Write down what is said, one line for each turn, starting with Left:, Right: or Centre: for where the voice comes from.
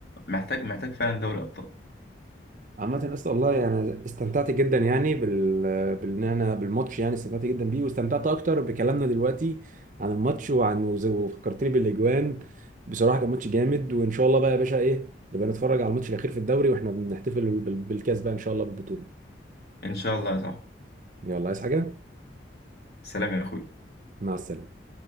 Left: محتاج محتاج فعلا دوري ابطال
Right: عامة اسطى والله يعني استمتعت جدا يعني بال بان انا بالماتش يعني استمتعت جدا بيه واستمتعت اكتر بكلامنا دلوقتي عن الماتش وعن وز- وفكرتني بالاجوان بصراحة كان ماتش جامد وان شاء الله بقى يا باشا ايه نبقى نتفرج على الماتش الاخير في الدوري واحنا بنحتفل بال- بالكاس بقى ان شاء الله بالبطولة
Left: ان شاء الله يا صاحبي
Right: يلا عايز حاجة
Left: سلام يا اخوي
Right: مع السلامة